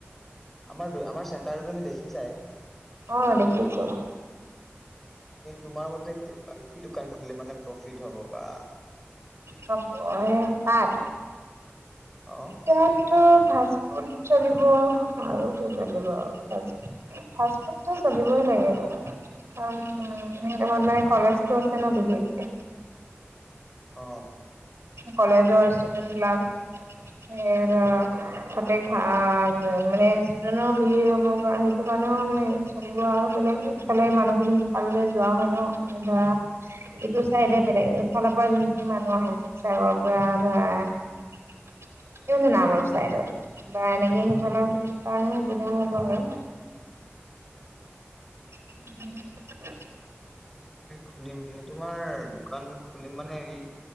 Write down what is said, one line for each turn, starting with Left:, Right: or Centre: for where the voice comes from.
Centre: আমাৰ দুই আমাৰ চেন্তাৰ তো তুমি দেখি চাই
Right: অ দেখিছো
Centre: তোমাৰ মতে কি দোকান খুলিলে মানে প্ৰফিট হ'ব বা
Right: হব সে তাত
Centre: অ
Right: তাত ত ফাষ্ট ফুড চলিব আৰু কি চলিব আৰু ফাচ ফাষ্ট ফুড তো চলিবই লাগে কাৰণ সেইদখত মানে কলেজটো আছে ন বিশেষকে
Centre: অহ
Right: কলেজৰ ষ্টুডেন্ট বিলাক সে ধৰা তাতে খ মানে ষ্টুডেন্টৰ ভিৰ হব কাৰ সেইটো কাৰণেও মানে চলিব আৰু বেলেগ ইফালে মানুহ খিনি ইফাললৈ যোৱা হয় ন ধৰা এইটো চাইদে বেলেগ ইফালৰ পৰা যোনখিনি মানুহ আহে আছে শিৱসাগৰ পৰা ধৰা কিয়নো নামৰূপ চাইডত বা এনেকে সেইফালৰ খিনিৰ কাৰণে সুবিধাও হব আৰু <unintelligible>
Centre: খুলিম মানে তোমাৰ দোকান খুলিম মানে এই